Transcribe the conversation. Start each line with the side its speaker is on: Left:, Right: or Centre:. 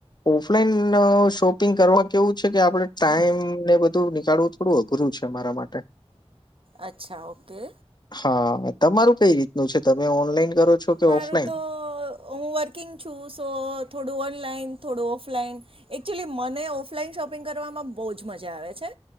Left: ઓફલાઈન શોપિંગ કરવા કેવું છે કે આપડે ટાઈમ ને બધું નીકાળવું થોડું અઘરું છે મારા માટે.
Right: અચ્છા ઓકે.
Left: હા તમારું કઈ રીતનું છે તમે ઓનલાઈન કરો છો કે
Right: મારું
Left: ઓફલાઈન?
Right: તો હું વર્કિંગ છું સો થોડું ઓનલાઈન થોડું ઓનલાઈન એકચુલી મને ઓફલાઈન શોપિંગ કરવામાં બહુ જ મજા આવે છે.